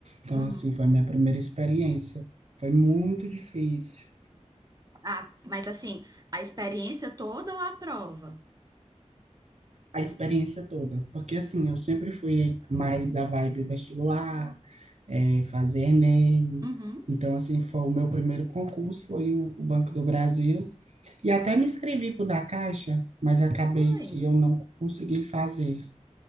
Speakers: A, on the right (about 60°); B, on the right (about 30°).
A: Então,
B: Uhum.
A: assim, foi a minha primeira experiência. Foi muito difícil,
B: Ah, mas assim, a experiência toda ou a prova?
A: a experiência toda. Porque, assim, eu sempre fui mais da vibe vestibular, eh, fazer Enem.
B: Uhum.
A: Então, assim, foi o meu primeiro concurso, foi o o Banco do Brasil. E até me inscrevi para o da Caixa, mas acabei
B: Oi.
A: que eu não consegui fazer.